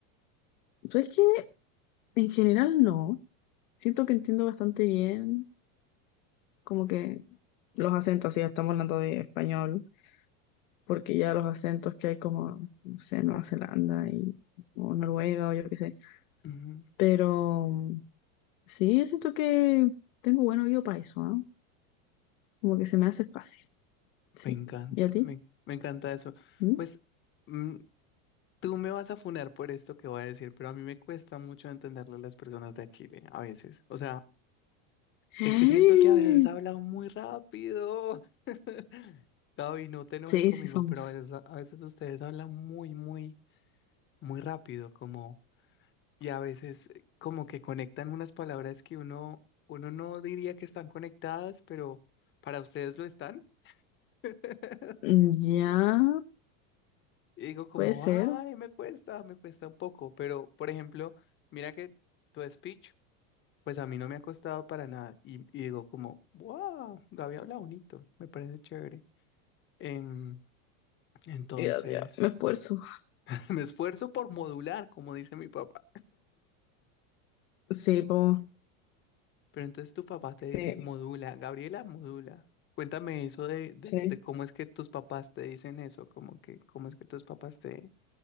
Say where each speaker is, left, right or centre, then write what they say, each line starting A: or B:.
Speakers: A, on the left; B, on the left.
A: ¿sabes qué? En general no. Siento que entiendo bastante bien, como que los acentos, si ya estamos hablando de español, porque ya los acentos que hay como, no sé, Nueva Zelanda y, o Noruega o yo qué sé.
B: Ujú,
A: Pero mm, sí, yo siento que tengo buen oído para eso, ¿no? Como que se me hace fácil. Sí.
B: Me encanta,
A: ¿Y a ti?
B: me, me encanta eso.
A: ¿Mm?
B: Pues, mm, Tú me vas a funar por esto que voy a decir, pero a mí me cuesta mucho entenderle a las personas de Chile a veces. O sea,
A: <gasps>
B: es que siento que a veces hablan muy rápido. <laughs> Gaby, no te enojes
A: Sí,
B: conmigo,
A: sí somos.
B: pero a veces, a veces ustedes hablan muy, muy, muy rápido, como, y a veces eh, como que conectan unas palabras que uno, uno no diría que están conectadas, pero para ustedes lo están. <laughs>
A: Mm, Ya,
B: Y digo como,
A: puede ser.
B: ay, me cuesta, me cuesta un poco, pero por ejemplo, mira que tu speech, pues a mí no me ha costado para nada. Y, y digo como, wow, Gaby habla bonito, me parece chévere. Em, entonces,
A: Gracias, me esfuerzo.
B: <laughs> me esfuerzo por modular, como dice mi papá.
A: Sí, po,
B: Pero entonces tu papá te
A: sí.
B: dice, modula, Gabriela, modula. Cuéntame eso de, de,
A: Sí,
B: de cómo es que tus papás te dicen eso, como que, cómo es que tus papás te,